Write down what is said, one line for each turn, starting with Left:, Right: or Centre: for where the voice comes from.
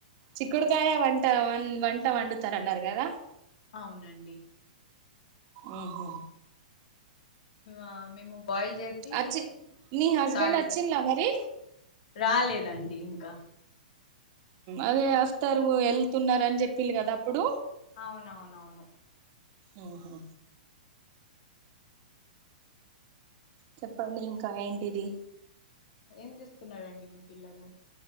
Right: చిక్కుడుకాయ వంట వ వంట వండుతారన్నారు కదా
Left: అవునండి
Right: ఉ హు
Left: ఆ మేము బాయిల్ చేసి
Right: అచ్చి మీ హస్బెండ్
Left: తాగిపిస్తా
Right: వచ్చిన్లా మరి
Left: రాలేదండి ఇంకా
Right: అదే వస్తారు వెళ్తున్నారు అని చెప్పిండ్రు కదా అప్పుడు
Left: అవును అవును అవును
Right: ఉ హు చెప్పండి ఇంకా ఏంటిది
Left: ఏం చేస్తున్నారు మీ పిల్లలు